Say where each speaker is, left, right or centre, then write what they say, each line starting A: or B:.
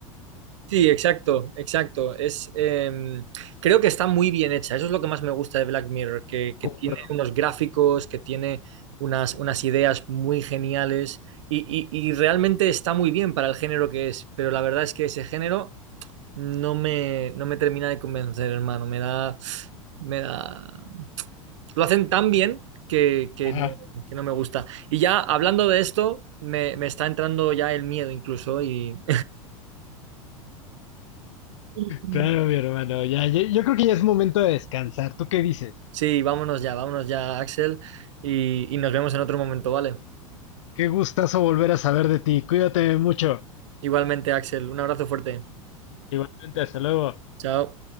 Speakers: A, on the right; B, on the left.
A: Sí, exacto, exacto. Es, em, creo que está muy bien hecha. Eso es lo que más me gusta de Black Mirror, que, que
B: Como,
A: tiene
B: perdón.
A: unos gráficos, que tiene unas, unas ideas muy geniales y, y- y realmente está muy bien para el género que es. Pero la verdad es que ese género no me, no me termina de convencer, hermano. Me da, me da, lo hacen tan bien que, que
B: Ajá.
A: no, que no me gusta. Y ya hablando de esto, me, me está entrando ya el miedo incluso y... <laughs>
B: Claro, mi hermano, ya, ya- yo creo que ya es momento de descansar. ¿Tú qué dices?
A: Sí, vámonos ya, vámonos ya, Axel, y, y nos vemos en otro momento, ¿vale?
B: Qué gustazo volver a saber de ti. Cuídate mucho.
A: Igualmente, Axel, un abrazo fuerte.
B: Igualmente, hasta luego.
A: Chao.